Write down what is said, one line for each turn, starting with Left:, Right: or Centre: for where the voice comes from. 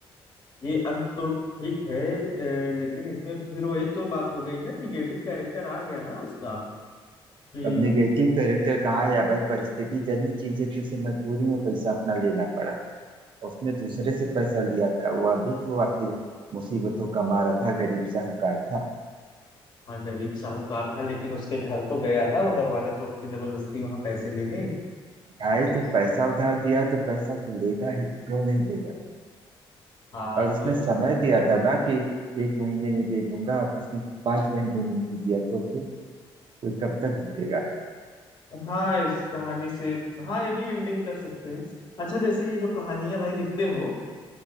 Left: ये अंत तो ठीक है अ, लेकिन इसमें फिर वही तो बात हो गई ना निगेटिव कैरेक्टर आ गया ना उसका कि
Right: अब निगेटिव कैरेक्टर कहाँ या भाई परिस्थिति जन्य चीज है कि उसे मजबूरी में पैसा अपना लेना पड़ा उसने दूसरे से पैसा लिया था वह भी तो आखिर मुसीबतों का मारा था गरीब साहूकार था
Left: हाँ गरीब साहूकार था लेकिन उसके घर तो गया ना वो दरवाजा तोड़ के जबरदस्ती वहां पैसे लेने
Right: भाई
Left: तो
Right: तो
Left: इस
Right: पैसा उधार दिया तो पैसा तो लेगा ही क्यों नहीं लेगा
Left: हाँ
Right: और उसने
Left: तो
Right: समय दिया था ना कि एक महीने में दे दूंगा अब उसने पांच महीने में नहीं दिया तो फिर कोई कब तक रुकेगा
Left: हाँ इस कहानी से हाँ ये भी एंडिंग कर सकते हैं अच्छा जैसे ये जो कहानियां भाई लिखते हो